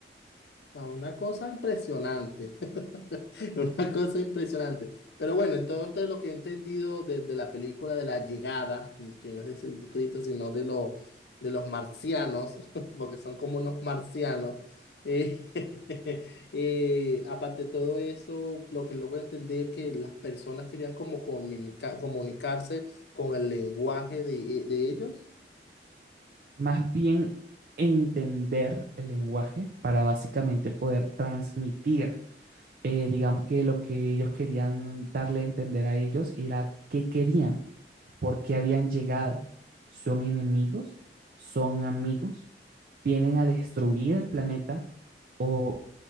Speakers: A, on the left; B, on the right.
A: Ah, Una cosa impresionante, <laughs> una cosa impresionante. Pero bueno, entonces lo que he entendido de, de la película de la llegada, que no es de Jesucristo, sino de, lo- de los marcianos, <laughs> porque son como unos marcianos, eh, <laughs> eh, aparte de todo eso, lo que logro entender que las personas querían como comunica- comunicarse con el lenguaje de eh, de ellos.
B: Más bien entender el lenguaje para básicamente poder transmitir, eh, digamos que lo que ellos querían darle a entender a ellos era qué querían por qué habían llegado. ¿Son enemigos? ¿Son amigos? ¿Vienen a destruir el planeta? ¿O